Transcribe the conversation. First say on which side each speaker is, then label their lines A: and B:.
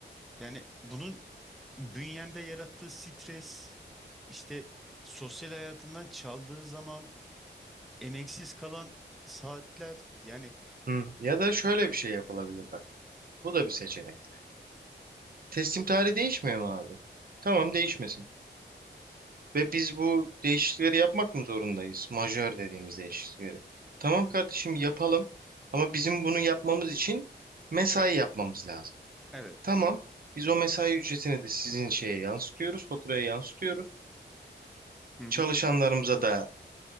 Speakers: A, in the centre; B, on the right.
A: Yani bunun bünyende yarattığı stres, işte sosyal hayatından çaldığı zaman, emeksiz kalan saatler yani
B: Hı. Ya da şöyle bir şey yapılabilir bak. Bu da bir seçenek. Teslim tarihi değişmiyor mu abi? Tamam değişmesin. Ve biz bu değişiklikleri yapmak mı zorundayız? Majör dediğimiz değişiklikleri. Tamam kardeşim yapalım. Ama bizim bunu yapmamız için mesai yapmamız lazım.
A: evet.
B: Tamam. Biz o mesai ücretini de sizin şeye yansıtıyoruz, faturaya yansıtıyoruz.
A: Hı hı.
B: Çalışanlarımıza da